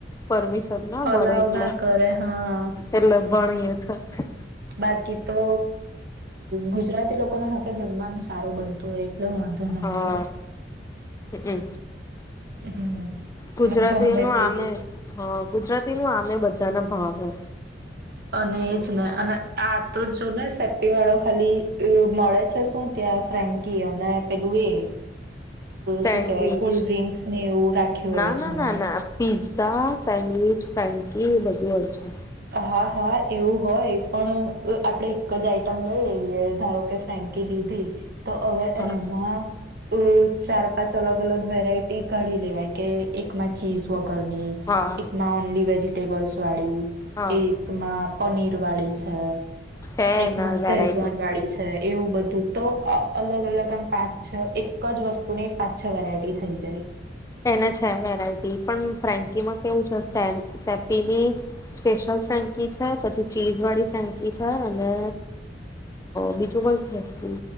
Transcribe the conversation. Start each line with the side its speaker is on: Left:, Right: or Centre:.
Left: પરમિશ ના મળે
Right: અલાવ
Left: એટલે
Right: ના કરે હા
Left: એટલે ભણીએ છે. હ
Right: બાકી તો ગુજરાતી લોકોના હાથે જમવાનું સારું બનતું હોય. એટલે વાંધો ના
Left: હા
Right: આવે
Left: હ
Right: હમ
Left: ગુજરાતી
Right: ગમે
Left: નું
Right: તેવી
Left: આમે હ ગુજરાતી નું આમે અમે બધાના ભાવ હો
Right: અને એજ ને અને આ તો જો ને સેફ્ટી વાળો ખાલી મળે છે શું ત્યાં ફ્રેન્કી અને પેલું એ
Left: સેન્ડવિચ
Right: શું કેહેવાય કોલ્ડ ડ્રિંક્સ ને એવું રાખ્યું
Left: ના
Right: હોય છે
Left: ના
Right: એને
Left: ના ના પિ્ઝા સેન્ડવીચ ફ એ બધું હોય છે.
Right: હા હા એવું હોય પણ આપણેે એક જ આઈટમ લઈ લઈએ ધારો કે ફ્રેન્કી લીધી તો હવે
Left: હા
Right: એમાં અ ચાર પાંચ અલગ અલગ વેરાયટી કાઢી લેવાય કે એકમાં ચીઝ વગ કરની
Left: હા
Right: એકમાં ઓન્લી વેજી ટેબલ્સ વાળી
Left: હા.
Right: એકમાં પનીર વાળી છે
Left: છે
Right: એકમાં
Left: એના વેરાયટી
Right: સેઝવાન વાળી છે એવું બધું તો અલગ અલગ આમ પાંચ છ એક જ વસ્તુની પાંચ છ વેરાયટી થઈ જાય
Left: એના છે વેરાયટી પણ ફ્રેન્કીમાં કેવું છે સે સે્પીની સ્પેશિયલ ફ્રેન્કી છે પછી ચીઝ વાળી ફ્રેન્કી છે અને બીજું કોઈ